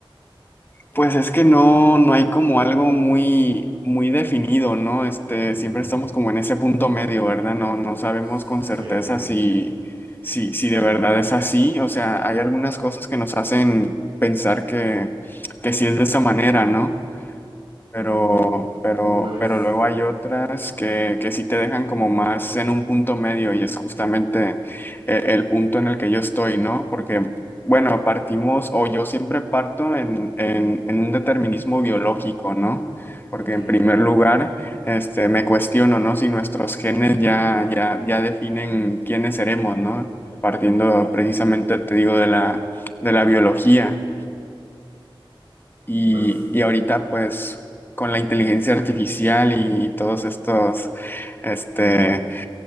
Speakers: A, on the left (about 20°); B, on the right (about 70°).
A: Pues es que no, no hay como algo muy, muy definido, ¿no? Este,
B: Ujú.
A: siempre estamos como en ese punto medio, ¿verdad? No, no sabemos
B: Sí,
A: con certeza
B: te entiendo.
A: si, si, si de verdad es así. O sea, hay algunas cosas que nos hacen pensar que, que sí es de esa manera, ¿no? Pero, pero,
B: Pues,
A: pero luego hay otras que, que sí te dejan como más en un punto medio y es justamente eh, el, punto en el que yo estoy, ¿no? Porque, bueno, partimos o yo siempre parto en, en, en un determinismo biológico, ¿no? Porque
B: ok.
A: en primer lugar, este, me cuestiono, ¿no? Si nuestros genes ya, ya, ya definen quiénes seremos, ¿no? Partiendo precisamente, te digo, de la, de la biología. Y,
B: Pues,
A: y ahorita, pues, con la inteligencia artificial y, todos estos, este,